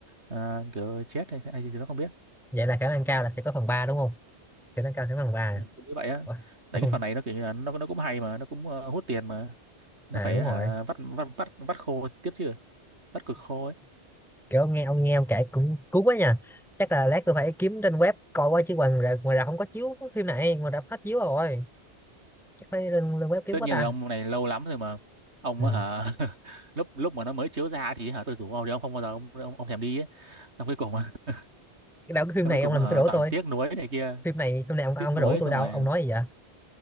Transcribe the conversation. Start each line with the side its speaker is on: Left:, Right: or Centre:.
Right: ờ, kiểu chết hay, hay gì thì nó không biết
Centre: vậy là khả năng cao là sẽ có phần 3 đúng không khả năng cao sẽ có phần ba à?
Right: Ừ, tôi nghĩ vậy á
Centre: Ủa,
Right: tại
Centre: có phần
Right: cái phần này nó kiểu như là nó nó cũng hay mà nó cũng ờ, hút tiền mà nó
Centre: à
Right: phải
Centre: đúng
Right: hả
Centre: rồi
Right: vắt vắt vắt vắt khô tiếp chứ vắt cực khô ấy
Centre: kiểu ông nghe ông nghe ông kể cũng cuốn quá nha chắc là lát tôi phải kiếm trên web coi qua chứ ngoài ra- ngoài rạp không có chiếu phim này ngoài rạp hết chiếu rồi chắc phải lên, lên web kiếm
Right: tất
Centre: quá
Right: nhiên
Centre: ta
Right: rồi ông này lâu lắm rồi mà ông
Centre: ừ.
Right: á hả <laughs> lúc lúc mà nó mới chiếu ra thì hả tôi rủ ông thì ông không bao giờ ông ông, ông thèm đi ấy. xong cuối cùng <laughs> á-
Centre: cái đạo cái phim
Right: xong
Centre: này
Right: cuối cùng
Centre: ông làm
Right: hả
Centre: cái rủ
Right: toàn
Centre: tôi
Right: tiếc nuối này kia
Centre: phim này phim này ông ông
Right: tiếc nuối
Centre: có rủ
Right: xong
Centre: tôi đâu
Right: rồi
Centre: ông nói gì vậy